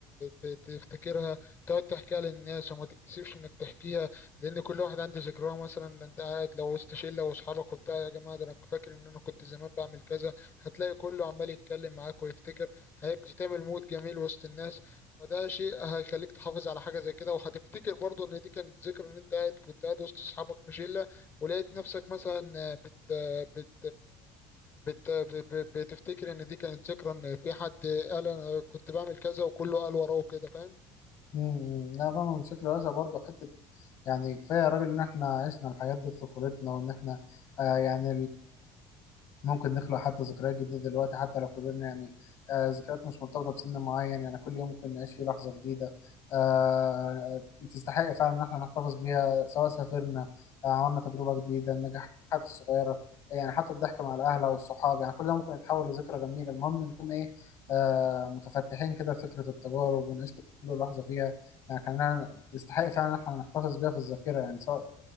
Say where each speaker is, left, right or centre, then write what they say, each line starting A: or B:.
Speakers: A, on the left; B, on the left.
A: ت- تفتكرها تقعد تحكيها للناس وما تتكسفش انك تحكيها لان كل واحد عنده ذكراه مثلا انت قاعد لو وسط شله واصحابك وبتاع يا جماعه ده انا فاكر ان انا كنت زمان بعمل كذا هتلاقي كله عمال يتكلم معاك ويفتكر هيبقى تعمل مود جميل وسط الناس فده شيء هيخليك تحافظ على حاجه زي كده وهتفتكر برضه ان دي كانت ذكرى ان انت قاعد كنت قاعد وسط اصحابك في شله ولقيت نفسك مثلا بت بت بت بت- بتفتكر ان دي كانت ذكرى ان في حد قال انا كنت بعمل كذا وكله قال وراه كده فاهم
B: امم لا فاهم بشكل واسع برضه حته يعني كفايه يا راجل ان احنا عشنا الحاجات دي في طفولتنا وان احنا آه يعني ممكن نخلق حتى ذكريات جديدة دلوقتي حتى لو كبرنا يعني آه ذكريات مش مرتبطة بسن معين يعني كل يوم ممكن نعيش فيه لحظة جديدة آه تستحق فعلا إن احنا نحتفظ بيها سواء سافرنا آه عملنا تجربة جديدة النجاحات الصغيرة يعني حتى الضحك مع الأهل أو الصحاب يعني كل ده ممكن يتحول لذكرى جميلة المهم نكون إيه آه متفتحين كده لفكرة التجارب ونعيش كل لحظة فيها يعني كأنها تستحق فعلا إن احنا نحتفظ بيها في الذاكرة يعني سواء